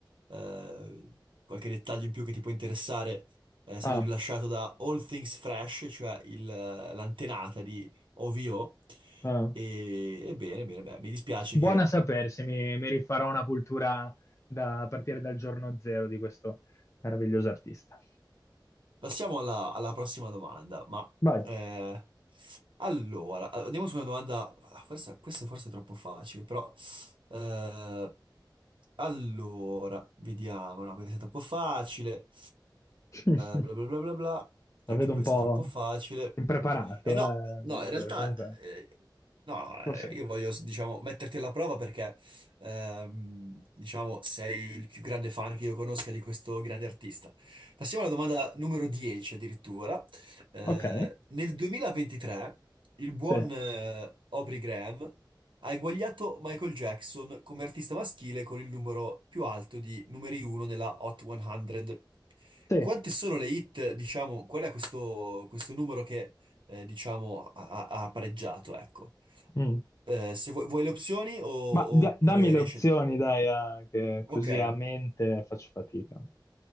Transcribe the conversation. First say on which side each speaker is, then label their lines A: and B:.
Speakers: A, on the right (about 80°); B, on the left (about 35°).
A: Eh, qualche dettaglio in più che ti può interessare eh, è stato
B: Ah,
A: rilasciato da All Things Fresh, cioè il- l'antenata di OVO.
B: ah.
A: E, e bene, bene, beh, mi dispiace
B: Buona sapersi, mi, mi rifarò una cultura da, a partire dal giorno zero di questo meraviglioso artista.
A: Passiamo alla, alla prossima domanda, ma
B: Vai.
A: eh, allora, andiamo su una domanda, ah, forse- questa forse è forse troppo facile, però eh, allora, vediamo, no, questa è troppo facile, eh,
B: <laughs>
A: bla bla bla bla bla,
B: La
A: anche
B: vedo
A: questa
B: un po'
A: è troppo facile.
B: impreparato,
A: Eh no,
B: eh.
A: no,
B: Amadore,
A: in realtà,
B: Comunque,
A: eh, no,
B: forse...
A: eh, io voglio, diciamo, metterti alla prova perché, ehm, diciamo, sei il più grande fan che io conosca di questo grande artista. Passiamo alla domanda numero 10 addirittura. Eh,
B: Ok,
A: nel 2023 il buon
B: sì,
A: eh, Aubrey Graham ha eguagliato Michael Jackson come artista maschile con il numero più alto di numeri 1 nella Hot 100.
B: sì.
A: Quante sono le hit, diciamo, qual è questo, questo numero che, eh, diciamo, ha, ha- ha pareggiato, ecco.
B: mm.
A: Eh, se vuoi, vuoi le opzioni o- oppure
B: Ma dia- dammi le
A: riesci
B: opzioni,
A: a...
B: dai, eh, che così
A: Ok.
B: a mente faccio fatica.